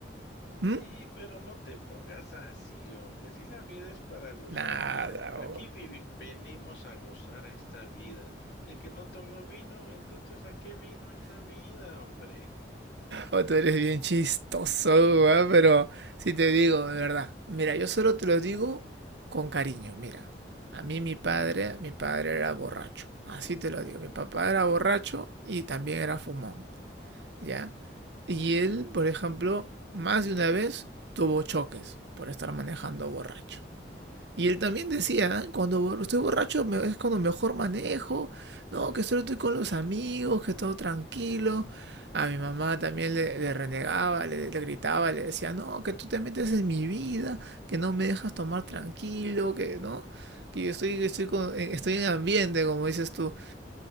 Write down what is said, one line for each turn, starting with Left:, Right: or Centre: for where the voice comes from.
Right: ¿Mm?
Left: Sí, pero no te pongas así, hombre. Si la vida es para gozar,
Right: Nada,
Left: mira, aquí
Right: Hugo.
Left: vivi- venimos a gozar esta vida. El que no tomó vino, entonces ¿a qué vino esta vida, hombre?
Right: Oh, tú eres bien chistoso, Hugo, ¿eh? pero si te digo, de verdad. Mira, yo solo te lo digo con cariño, mira. A mí mi padre, mi padre era borracho. Así te lo digo. Mi papá era borracho y también era fumón, ¿ya? Y él, por ejemplo, más de una vez tuvo choques por estar manejando borracho. Y él también decía, cuando estoy borracho me- es cuando mejor manejo, no, que solo estoy con los amigos, que todo tranquilo. A mi mamá también le, le renegaba, le, le gritaba, le decía, no, que tú te metes en mi vida, que no me dejas tomar tranquilo, que no, que yo estoy, estoy, con- eh, estoy en ambiente, como dices tú.